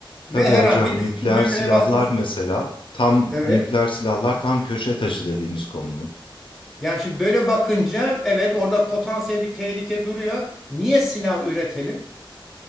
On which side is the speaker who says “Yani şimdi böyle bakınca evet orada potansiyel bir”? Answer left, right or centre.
Centre